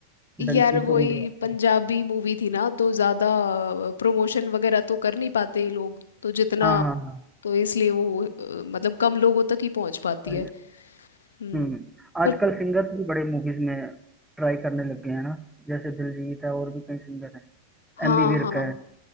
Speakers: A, on the left; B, in the centre.
A: यार
B: डंकी
A: वही
B: तो मुझे याद
A: पंजाबी
B: है
A: मूवी थी ना तो ज़्यादा प्रमोशन वगैरह तो कर नहीं पाते ये लोग तो जितना
B: हाँ हाँ
A: तो इसलिए वो अ, मतलब कम लोगों तक ही पहुंच पाती
B: हाँ
A: है हम्म
B: हम्म आजकल
A: पर
B: सिंगर्स भी बड़े मूवीज में ट्राई करने लग गए हैं ना जैसे दिलजीत है और भी कई सिंगर हैं
A: हाँ
B: एमी विर्क
A: हाँ
B: है